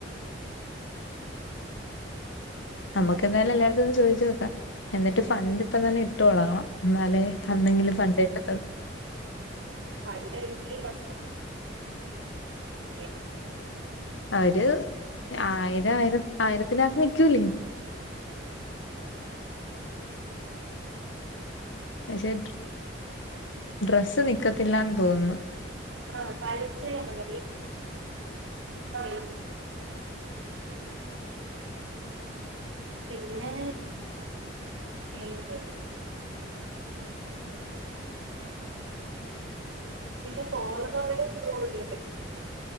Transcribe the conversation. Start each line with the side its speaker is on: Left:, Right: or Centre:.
Left: നമുക്ക് എന്തായാലും എല്ലാടത്തും ഒന്ന് ചോദിച്ചു നോക്കാം എന്നിട്ട് ഫണ്ട് ഇപ്പ ഞാൻ ഇട്ടോളണം എന്നാലേ അന്നെങ്കിലും ഫണ്ട് കിട്ടത്തുള്ളു
Right: പണ്ടെ ഈ വിഷയ <inaudible>
Left: ആ ഒരു ആയിരം ആയിര ആയിരത്തിനകത്ത് നിൽക്കൂലേ പക്ഷെ ഡ്ര ഡ്രസ്സ് നിക്കത്തില്ലന്ന് തോന്നുന്നു.
Right: ആഹ് കളിച്ച പറ <inaudible> പിന്നെ കേക്ക് <unintelligible> പിന്നെ കോള <unintelligible>